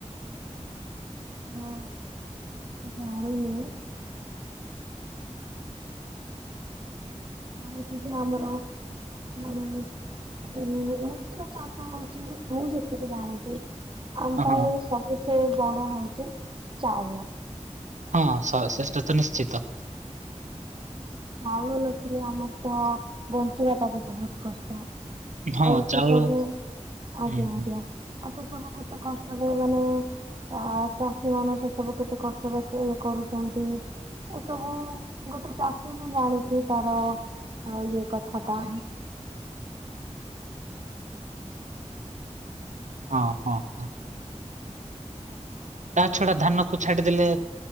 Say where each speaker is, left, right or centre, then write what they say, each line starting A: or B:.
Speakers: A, on the right; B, on the right.
A: ହଁ ଜାଣି ଲିଣି ଆଉ କିଛି ଆମର ମାନେ ଉଁ ମୁଖ୍ୟ ଚାଷ ହଉଛି ମୁଁ ଯେତିକି ଜାଣିଛି ଆମ ପାଇଁ
B: ହଁ
A: ସବୁଠୁ ବଡ଼ ହଉଛି ଚାଉଳ
B: ହଁ ସ ସେଟା ତ ନିଶ୍ଚିତ।
A: ଆ ଚାଉଳ ନଥିଲେ ଆମର ତ ବଞ୍ଚିବା ଟା ବି ବହୁତ କଷ୍ଟ।
B: ହଁ
A: ଆଉ ସେ
B: ଚାଉଳ
A: ସବୁ ଆଜ୍ଞା
B: ହୁଁ ହୁଁ
A: ଆଜ୍ଞା ଆଉ ସେ ସବୁ କେତେ କଷ୍ଟରେ ମାନେ। ଆ ଚାଷୀ ମାନେ ସେ ସବୁ କେତେ କଷ୍ଟରେ କେ କରୁଛନ୍ତି ଏସବୁ। ଗୋଟେ ଚାଷୀ ହିଁ ଜାଣିଛି ତାର ଇଏ କଥାଟା।
B: ହଁ ହଁ ହଁ। ତା ଛଡା ଧାନ କୁ ଛାଡିଦେଲେ